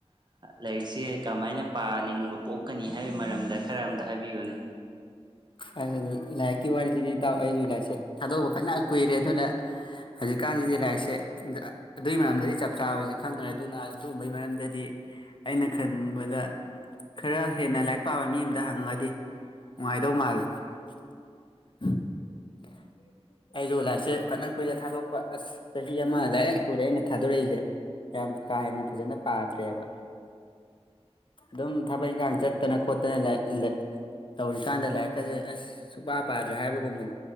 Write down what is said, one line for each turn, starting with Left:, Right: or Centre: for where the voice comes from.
Right: ꯂꯥꯏꯔꯤꯛꯁꯦ ꯀꯃꯥꯏꯅ ꯄꯥꯅꯤꯡꯕ ꯄꯣꯛꯀꯅꯤ ꯍꯥꯏꯕꯒꯤ ꯃꯔꯝꯗ ꯈꯔ ꯑꯝꯇ ꯍꯥꯏꯕꯤꯌꯨꯅꯦ
Left: ꯑ ꯂꯥꯏꯔꯤꯛꯀꯤ ꯋꯥꯔꯤꯁꯤꯗꯤꯇꯥꯎ ꯑꯩꯁꯨ ꯂꯥꯏꯔꯤꯛꯁꯦ ꯊꯥꯗꯣꯛꯄ ꯐꯖꯅ ꯀꯨꯏꯔꯦ ꯑꯗꯨꯅ ꯍꯧꯖꯤꯛꯀꯥꯟꯁꯤꯗꯤ ꯂꯥꯏꯔꯤꯛꯁꯦ ꯑꯗꯨꯏ ꯃꯔꯝꯗꯗꯤ ꯆꯞ ꯆꯥꯁꯦ ꯈꯪꯗ꯭ꯔꯦ ꯑꯗꯨꯅ ꯑꯗꯨꯒꯨꯝꯕꯩ ꯃꯔꯝꯗꯗꯤ ꯑꯩꯅ ꯈꯟꯕꯗ ꯈꯔ ꯍꯦꯟꯅ ꯂꯥꯏꯔꯤꯛ ꯄꯥꯕ ꯃꯤ ꯑꯃꯗ ꯍꯪꯉꯒꯗꯤ ꯅꯨꯡꯉꯥꯏꯗꯧ ꯃꯥꯜꯂꯤ <inaudible> <inaudible> ꯑꯩꯁꯨ ꯂꯥꯏꯔꯤꯛꯁꯦ ꯐꯖꯅ ꯀꯨꯏꯔ ꯊꯥꯗꯣꯛꯄ ꯑꯁ ꯆꯍꯤ ꯑꯃ ꯂꯥꯏꯔꯤꯛ ꯀꯨꯔꯦ ꯑꯩꯅ ꯊꯥꯗꯣꯔꯛꯏꯁꯦ ꯌꯥꯝ ꯀꯥ ꯍꯦꯟꯅ ꯐꯖꯅ ꯄꯥꯗ꯭ꯔꯦꯕ ꯑꯗꯨꯝ ꯊꯕꯛ ꯏꯟꯈꯥꯡ ꯆꯠꯇꯅ ꯈꯣꯠꯇꯅ ꯇꯧꯔꯤꯀꯥꯟꯗ ꯂꯥꯏꯔꯤꯛꯀꯁꯦ ꯑꯁ ꯁꯨꯡꯄꯥ ꯄꯥꯗ꯭ꯔꯦ ꯍꯥꯏꯕꯒꯨꯝꯕꯅꯤ